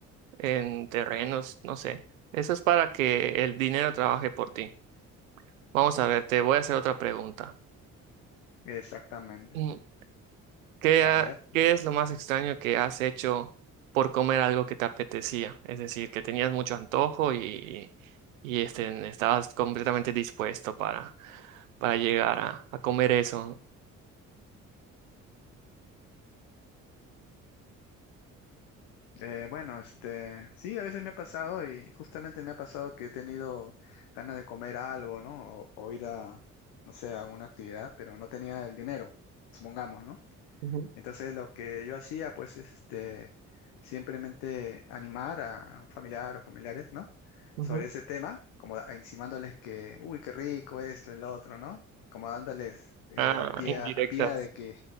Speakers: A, on the right; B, on the left.
A: en terrenos, no sé. Eso es para que el dinero trabaje por ti. Vamos a ver, te voy a hacer otra pregunta.
B: Exactamente.
A: Mm, ¿Qué,
B: A
A: ha-
B: ver.
A: qué es lo más extraño que has hecho por comer algo que te apetecía? Es decir, que tenías mucho antojo y, y este, estabas completamente dispuesto para, para llegar a, a comer eso.
B: eh, bueno, este, sí, a veces me ha pasado y justamente me ha pasado que he tenido ganas de comer algo, ¿no? O, o ir a, no sé, a alguna actividad, pero no tenía el dinero, supongamos, ¿no?
A: Ujú,
B: Entonces lo que yo hacía pues es este, simplemente animar a, a un familiar o familiares, ¿no?
A: ujú.
B: Sobre ese tema, como da- insinuándoles que, uy, qué rico esto, el otro, ¿no? Como dándoles eh,
A: Ah,
B: pie
A: indirectas.
B: a, a pie de que